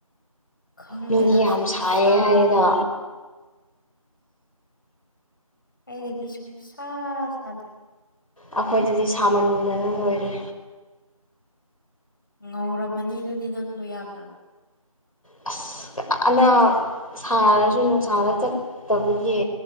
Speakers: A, on the left (about 35°); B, on the left (about 70°).
A: ꯈꯪꯗꯦꯗ
B: ꯃꯤꯗꯤ ꯌꯥꯝ
A: ꯁꯨꯡꯁꯥꯗꯦ
B: ꯁꯥꯏꯌꯦ ꯍꯥꯏꯌꯦꯗ
A: ꯀꯩ ꯀꯁ ꯁꯥ ꯁꯥꯗ
B: ꯑꯩꯈꯣꯏꯗꯗꯤ ꯁꯥꯃꯟꯗꯅ ꯂꯣꯏꯔꯦ
A: ꯉꯧꯔꯝꯃꯅꯤ ꯑꯗꯨꯗꯤ ꯅꯪꯗꯣ ꯌꯥꯝꯅ
B: ꯑꯁ ꯑꯅꯥ ꯁꯥꯔꯁꯨ ꯅꯨꯡꯁꯥꯗ ꯆꯠꯇꯕꯒꯤ